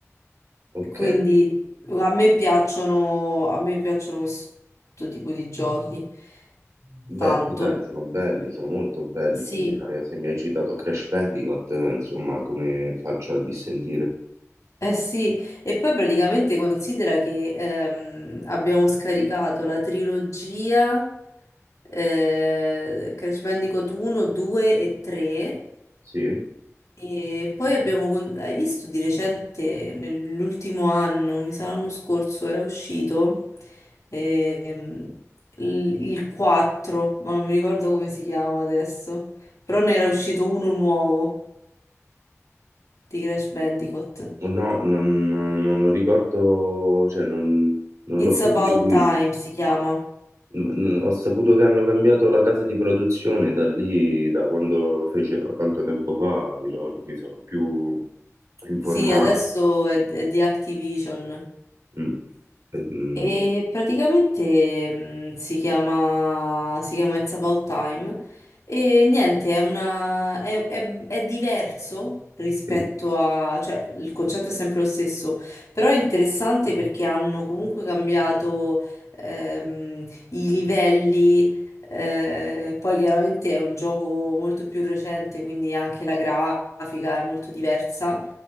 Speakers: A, on the right; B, on the left.
A: ok.
B: Quindi a me piacciono, a me piacciono questo tipo di giochi
A: Beh,
B: tanto.
A: sì, dai, sono belli, sono molto belli.
B: Sì,
A: Se mi hai, se mi hai citato Crash Bandicoot, eh, insomma, come faccio a dissentire?
B: Eh sì, e poi praticamente considera che ehm, abbiamo scaricato la trilogia eh, Crash Bandicoot 1, 2 e 3
A: Sì?
B: e poi abbiamo... con- Hai visto di recente, nell'ultimo anno, mi sa l'anno scorso, era uscito ehm, il, il 4, ma non mi ricordo come si chiama adesso, però ne era uscito uno nuovo di Crash Bandicoot.
A: No, non, non lo ricordo, cioè non, non l'ho
B: It's
A: più
B: About
A: seguito.
B: Time si chiama.
A: Mm, Ho saputo che hanno cambiato la casa di produzione da lì, da quando lo fecero tanto tempo fa, diciamo, non mi sono più informato.
B: Sì, adesso è, è di Activision
A: Mm. Eh, mm,
B: e praticamente mh, si chiama, si chiama It's About Time e niente, è una, è, è- è diverso rispetto
A: sì.
B: a, cioè il concetto è sempre lo stesso, però è interessante perché hanno comunque cambiato ehm, i livelli, eh, poi chiaramente è un gioco molto più recente, quindi anche la grafica è molto diversa